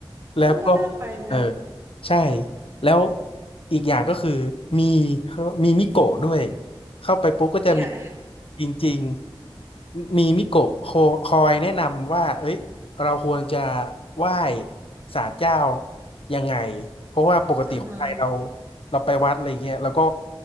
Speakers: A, on the left (about 85°); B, on the right (about 30°).
A: แล้วก็
B: เออก็น่าไปนะ
A: เออ ใช่ แล้วอีกอย่างก็คือ มีเขาเรียกว่ามีมิโกะด้วย เข้าไปปุ๊บก็จะมี
B: จริงอ่ะ
A: จริงๆมีมิโกะคอคอยแนะนำว่า เอ้ย เราควรจะไหว้ศาลเจ้ายังไง เพราะว่าปกติคนไทยเรา
B: <laughs> อ่าฮะ
A: เราไปวัดอะไรเงี้ย แล้วก็